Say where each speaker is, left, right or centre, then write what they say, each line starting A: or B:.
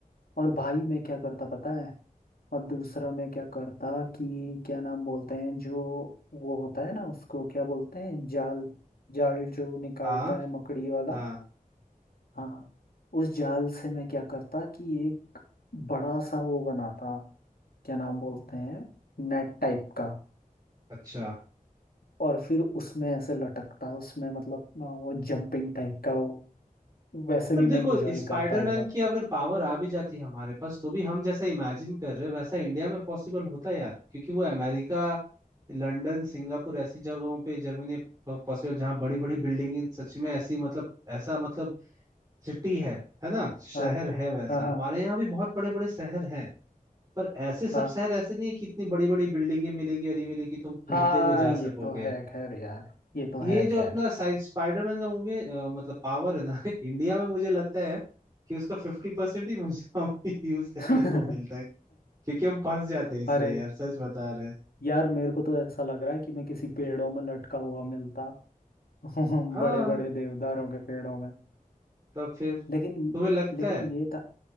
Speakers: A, on the left (about 85°); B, on the right (about 25°).
A: और भाई मैं क्या करता पता है और दूसरा मैं क्या करता कि क्या नाम बोलते हैं जो वो होता है ना उसको क्या बोलते हैं जाल जाल जो निकालता
B: हाँ
A: है मकड़ी वाला
B: हाँ
A: हाँ उस जाल से मैं क्या करता कि एक बड़ा सा वो बनाता क्या नाम बोलते हैं नेट टाइप का
B: अच्छा
A: और फिर उसमें ऐसे लटकता उसमें मतलब अ, वो जंपिंग टाइप का वो वैसे
B: पर
A: भी
B: देखो
A: मैं इंजॉय
B: स्पाइडरमैन
A: करता एक बार
B: की अगर पावर आ भी जाती है हमारे पास तो भी हम जैसा इमेजिन कर रहे हैं वैसा इंडिया में पॉसिबल होता है यार क्योंकि वो अमेरिका लंदन सिंगापुर ऐसी जगहों पे जर्मनी पॉसिबल जहाँ बड़ी बड़ी बिल्डिंग सच में ऐसी मतलब ऐसा मतलब सिटी है है ना शहर
A: हाँ
B: है वैसा
A: हाँ हाँ
B: हमारे यहाँ भी बहुत बड़े बड़े शहर हैं पर ऐसे सब
A: हाँ
B: शहर ऐसे नहीं है कि इतनी बड़ी बड़ी बिल्डिंगे मिलेंगी और ये मिलेगी तुम कूदते
A: हाँ
B: हुए जा सकोगे
A: ये तो है खैर यार ये तो
B: ये
A: है
B: जो
A: खैर
B: अपना साइड स्पाइडरमैन का मूवी है अ, मतलब पावर है ना <laughs> इंडिया में मुझे लगता है कि उसका फिफ्टी परसेंट ही मुझे <laughs> हमें यूज करने
A: <laughs>
B: को मिलता है क्योंकि हम फंस जाते हैं इसमें
A: अरे
B: यार सच बता रहे हैं
A: यार मेरे को तो ऐसा लग रहा है कि मैं किसी पेड़ों में लटका हुआ मिलता <laughs>
B: हाँ
A: बड़े बड़े देवदारों के पेड़ों में
B: तो फिर
A: लेकिन
B: तुम्हें लगता
A: लेकिन
B: है
A: ये था